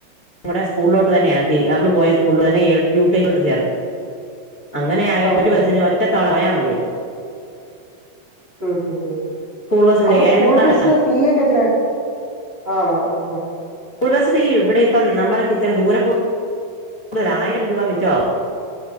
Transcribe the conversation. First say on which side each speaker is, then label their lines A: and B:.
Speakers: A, on the left (about 55°); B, on the right (about 50°).
A: ടെ സ്കൂളിലോട്ട് തന്നെ ആക്കി അവള് പോയ സ്കൂളി ന്നെ എൽ <unintelligible> ചേർത്തു അങ്ങനെ ആായ
B: ആഹ്
A: പൊ ഒരു
B: ഹാ
A: ബസിന്
B: ഹാ
A: ഒറ്റത്തവണ പോയാൽ മതിയ കേട്ടോ
B: ഉം ഹ
A: ബസ് ഇവിടെ
B: അപ്പൊ
A: ഏഴേ
B: സ്കൂൾ
A: മുക്കാലാ
B: ബസ്സ് ഫീ ഒക്കെ എത്രയയാ ആണോ ആഹ ആഹ
A: കുഴബശ്രീ ഇവിടെ ഇപ്പം നമ്മളക്ക് ഇച്ചരി ദൂരെ കൂടുതൽ ആയിരം രൂപ മിിച്ചമാവും